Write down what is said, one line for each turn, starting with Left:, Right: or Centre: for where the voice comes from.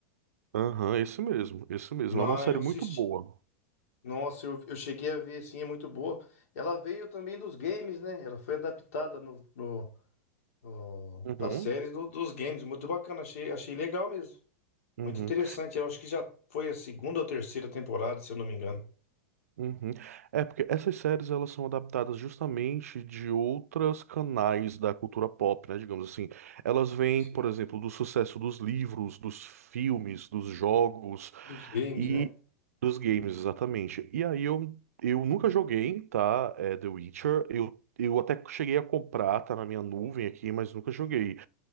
Right: Aham, esse mesmo, esse mesmo.
Left: Não,
Right: É uma série
Left: eu assisti.
Right: muito boa.
Left: Nossa, eu, eu cheguei a ver, assim, é muito boa. Ela veio também dos games, né? Ela foi adaptada no, no, no,
Right: Uhum,
Left: pra série do- dos games. Muito bacana, achei, achei legal mesmo.
Right: uhum.
Left: Muito interessante. Eu acho que já foi a segunda ou terceira temporada, se eu não me engano.
Right: Uhum. É, porque essas séries elas são adaptadas justamente de outros canais da cultura pop, né? Digamos assim. Elas vêm,
Left: Sim.
Right: por exemplo, do sucesso dos livros, dos filmes, dos jogos
Left: Dos games,
Right: e
Left: né?
Right: dos games, exatamente. E aí eu, eu nunca joguei, tá? É, The Witcher. Eu, eu até cheguei a comprar, tá na minha nuvem aqui, mas nunca joguei.